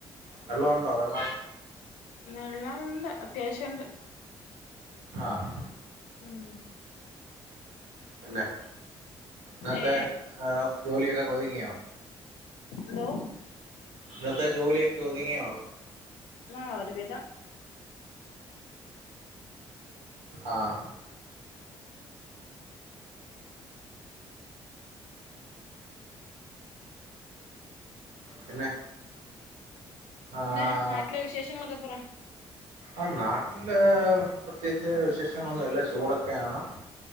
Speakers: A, on the right; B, on the left.
A: വെള്ളം ഒണ്ടോ വെള്ളം
B: വെള്ളം ഉണ്ട് അത്യാവശ്യണ്ട്
A: ആഹ്
B: ഉം
A: പിന്നെ ഇന്നത്തെ
B: ഏ
A: ഏഹ് ജോലിയൊക്കെ ഒതുങ്ങിയോ
B: എന്തോ
A: ഇന്നത്തെ ജോലിയൊക്കെ ഒതുങ്ങിയോ
B: ആഹ് ഒരുവിധം
A: ആഹ് പിന്നെ ആഹ്
B: പിന്നെ നാട്ടിലെ വിശേഷങ്ങളൊക്കെ പറാ
A: ആഹ് നാട്ടില് പ്രത്യേകിച്ച് വിശേഷങ്ങളൊന്നുമില്ല ചൂടൊക്കെയാണ്